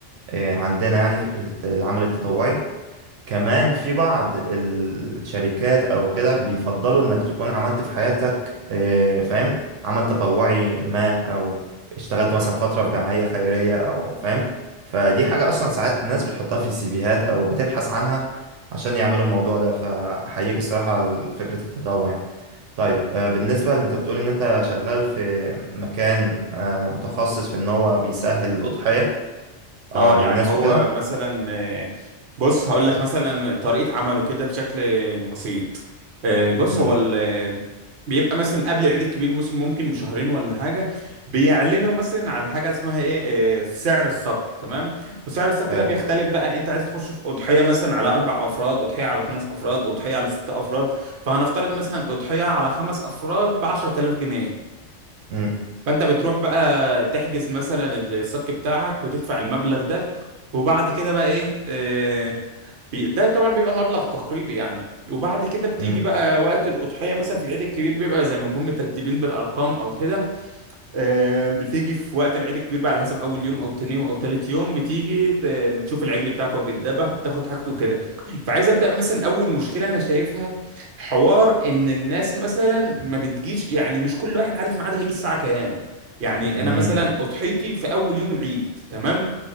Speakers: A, on the right; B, on the right.
A: آه، عندنا يعني فكرة العمل التطوعي كمان في بعض الشركات او كده بيفضلوا انك تكون عملت في حياتك آه، فاهم عمل تطوعي ما او اشتغلت مثلا فترة في جمعية خيرية او فاهم فدي حاجة اصلا ساعات ناس بتحطها في السيفيهات او بتبحث عنها عشان يعملوا الموضوع ده فاحييك الصراحة على فكرة التطوع يعني. طيب آه، بالنسبة اللي انت بتقول ان انت شغال في مكان آه، متخصص في ان هو بيسهل الأضحية
B: اه
A: آه، للناس
B: يعني هو
A: وكده
B: مثلا آه، بص هقول لك مثلا طريقة عمله كده بشكل بسيط آه، بص
A: مم،
B: هو ال- بيبقى مثلا قبل العيد الكبير مثلا ممكن بشهرين ولا حاجة بيعلنوا مثلا على حاجة اسمها ايه آه، سعر الصك تمام وسعر الصك
A: حلو
B: ده بيختلف بقى انت عايز تخش في أضحية مثلا على أربع أفراد أضحية على خمس أفراد أضحية على ست أفراد فهنفترض مثلا أضحية على خمس أفراد بعشرة آلاف جنيه
A: مم،
B: فانت بتروح بقى تحجز مثلا الصك بتاعك وتدفع المبلغ ده وبعد كده بقى ايه آه، بي- ده طبعا بيبقى مبلغ تقريبي يعني وبعد كده بتيجي
A: مم،
B: بقى وقت الأضحية مثلا في العيد الكبير بيبقى زي ما نكون مترتبين بالأرقام أو كده آه، بتيجي في وقت العيد الكبير بقى على حسب اول يوم او تاني يوم او تالت يوم بتيجي ت- تشوف العجل بتاعك وهو بيتذبح وبتاخد حاجته وكده فعايز ابدا مثلا اول مشكله انا شايفها حوار ان الناس مثلا ما بتجيش يعني مش كل واحد عارف ميعاده هيجي الساعه كام يعني
A: مم.
B: انا مثلا اضحيتي في اول يوم العيد تمام